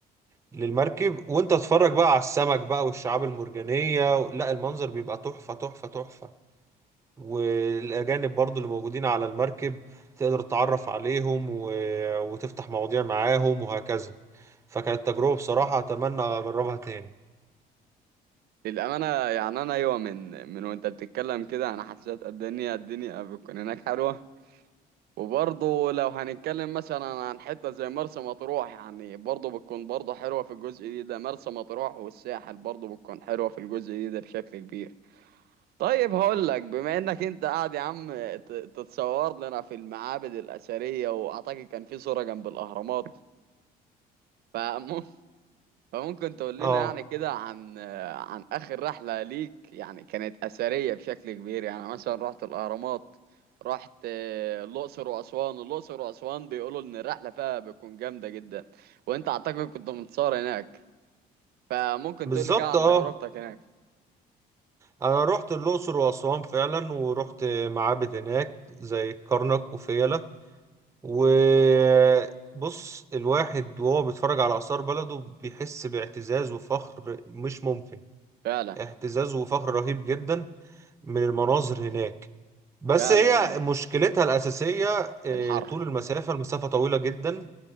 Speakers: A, on the right (about 15°); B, on the right (about 65°).
A: للمركب وانت تتفرج بقى على السمك بقى والشعاب المرجانية لا المنظر بيبقى تحفة تحفة تحفة والأجانب برضو اللي موجودين على المركب تقدر تتعرف عليهم و... وتفتح مواضيع معاهم وهكذا فكانت تجربة بصراحة أتمنى أجربها تاني
B: للأمانة يعني أنا أيوة من من وأنت بتتكلم كده أنا حسيت قد إن هي الدنيا بتكون هناك حلوة وبرضه لو هنتكلم مثلا عن حتة زي مرسى مطروح يعني برضه بتكون برضه حلوة في الجزء دي ده مرسى مطروح والساحل برضه بتكون حلوة في الجزء دي ده بشكل كبير طيب هقول لك بما انك انت قاعد يا عم ت- تتصور لنا في المعابد الأثرية واعتقد كان في صورة جنب الأهرامات فممكن فممكن تقول لنا
A: اه
B: يعني كده عن عن آخر رحلة ليك يعني كانت أثرية بشكل كبير يعني مثلا رحت الأهرامات رحت آه، الأقصر وأسوان الأقصر وأسوان بيقولوا إن الرحلة فيها بتكون جامدة جدا وأنت أعتقد كنت متصور هناك فممكن
A: بالظبط
B: تقول لي كده عن
A: اه
B: تجربتك هناك
A: أنا رحت الأقصر وأسوان فعلا ورحت معابد هناك زي كرنك وفيلة وبص الواحد وهو بيتفرج على آثار بلده بيحس باعتزاز وفخر مش ممكن
B: فعلا
A: اعتزاز وفخر رهيب جدا من المناظر هناك بس
B: فعلا
A: هي
B: أيوه
A: مشكلتها الأساسية آه،
B: الحر
A: طول المسافة المسافة طويلة جدا